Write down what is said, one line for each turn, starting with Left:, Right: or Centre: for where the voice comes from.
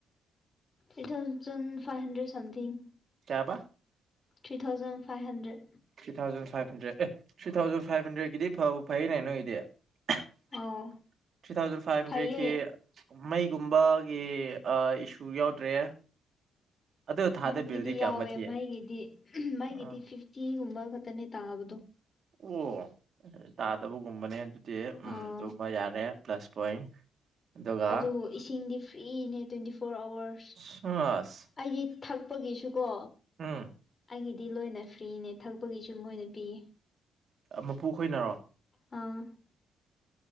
Left: three thousand five hundred something
Right: ꯌꯥꯕ
Left: three thousand five hundred
Right: thousand five hundred ꯊ꯭ ꯊꯥꯎꯖꯟ ꯐꯥꯏꯚ ꯍꯟꯗ꯭ꯔꯦꯠꯀꯤꯗꯤ ꯐꯕꯨ ꯐꯩꯅꯦ ꯅꯣꯏꯒꯤꯗꯤ ꯊꯔꯤ
Left: ꯑꯧ
Right: ꯊꯥꯎꯖꯟ ꯐꯥꯏꯚꯕ ꯍꯨꯟꯗꯔ꯭ꯦꯗꯀꯤ
Left: ꯐꯩꯌꯦ
Right: ꯃꯩ ꯒꯨꯝꯕꯒꯤ ꯏꯁꯨ ꯌꯥꯎꯗ꯭ꯔꯦ ꯑꯗꯨ ꯊꯥꯗ
Left: ꯃꯩꯒꯤꯗꯤ
Right: ꯕꯤꯜꯗꯤ ꯀꯌꯥꯒꯨꯝꯕ
Left: ꯌꯥꯎꯋꯦ
Right: ꯊꯤꯌꯦ
Left: ꯃꯩꯒꯤꯗꯤ ꯃꯩꯒꯤꯗꯤ
Right: ꯑ
Left: ꯐꯤꯐꯇꯤꯒꯨꯝꯕ ꯈꯛꯇꯅꯦ ꯇꯥꯕꯗꯣ
Right: ꯑꯣ ꯇꯥꯇꯕꯨꯒꯨꯝꯕꯅꯦ ꯎꯝ
Left: ꯑꯥ
Right: ꯑꯗꯨꯃꯥ ꯌꯥꯔꯦ ꯄ꯭ꯂꯁ ꯄꯣꯏꯟ ꯑꯗꯨꯒ
Left: ꯑꯗꯨꯕꯨ ꯏꯁꯤꯡꯗꯤ ꯐ꯭ꯔꯤꯅꯦ ꯇ꯭ꯋꯦꯟꯇꯤ ꯐꯣꯔ ꯑꯋꯥꯔꯁ
Right: ꯁꯁ
Left: ꯑꯩꯗꯤ ꯊꯛꯄꯒꯤꯁꯨꯀꯣ
Right: ꯎꯝ
Left: ꯑꯩꯒꯤ ꯗꯤ ꯂꯣꯏꯅ ꯐ꯭ꯔꯤꯅꯦ ꯊꯛꯄꯒꯤꯁꯨ ꯃꯣꯏꯅ ꯄꯤꯌꯦ
Right: ꯃꯄꯨ ꯈꯣꯏꯅꯔꯣ
Left: ꯑꯥ